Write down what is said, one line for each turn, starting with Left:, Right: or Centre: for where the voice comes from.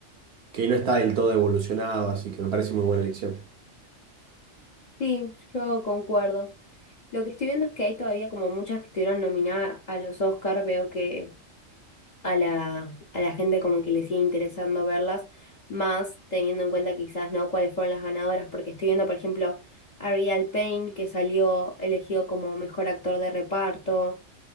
Right: que no está del todo evolucionado, así que me parece muy buena elección.
Left: Sí, yo concuerdo. Lo que estoy viendo es que hay todavía como muchas que estuvieron nominadas a los Oscar, veo que a la, a la gente como que le sigue interesando verlas, más teniendo en cuenta quizás, ¿no? cuáles fueron las ganadoras, porque estoy viendo, por ejemplo, Ariel Payne, que salió elegido como mejor actor de reparto,